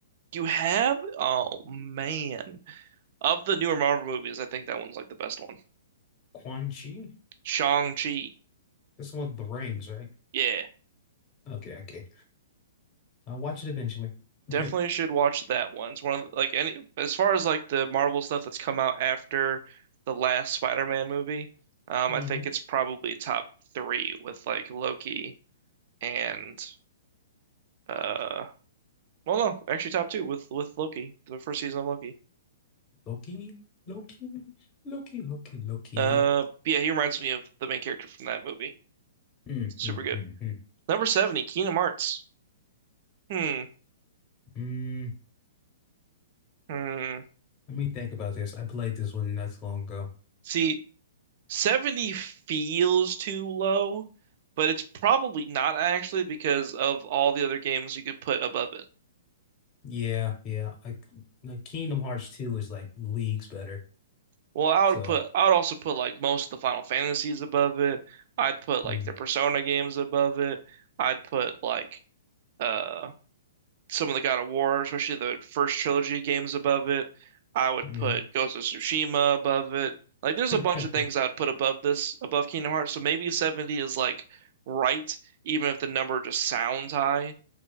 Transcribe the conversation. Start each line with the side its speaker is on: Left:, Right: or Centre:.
Right: You have? Oh man. Of the newer Marvel movies, I think that one's like the best one.
Left: Quan Chi.
Right: Shang-Chi.
Left: That's the one with the rings, right?
Right: Yeah.
Left: Okay, okay. I'll watch it eventually. <laughs>
Right: Definitely should watch that one. It's one of the- like any as far as like the Marvel stuff that's come out after the last Spider-Man movie, um,
Left: hmm
Right: I think it's probably top three with like Loki and uh well no, actually top two with with Loki, the first season of Loki.
Left: Loki, Loki, Loki, Loki, Loki.
Right: Uh but yeah, he reminds me of the main character from that movie.
Left: Mm,
Right: Super
Left: mm,
Right: good.
Left: mm, mm.
Right: Number 70, Kingdom Hearts. Hmm.
Left: Mm,
Right: Hmm.
Left: let me think about this. I played this one not too long ago.
Right: See, 70 feels too low, but it's probably not actually because of all the other games you could put above it.
Left: Yeah, yeah. I like Kingdom Hearts 2 is like leagues better.
Right: Well, I
Left: So,
Right: would put I would also put like most of the Final Fantasies above it. I'd put like
Left: mm,
Right: the Persona games above it. I'd put like uh some of the God of War, especially the first trilogy games above it. I would
Left: mhm.
Right: put Ghost of Tsushima above it. Like there's
Left: <laughs>
Right: a bunch of things I'd put above this, above Kingdom Hearts. So maybe 70 is like right, even if the number just sounds high.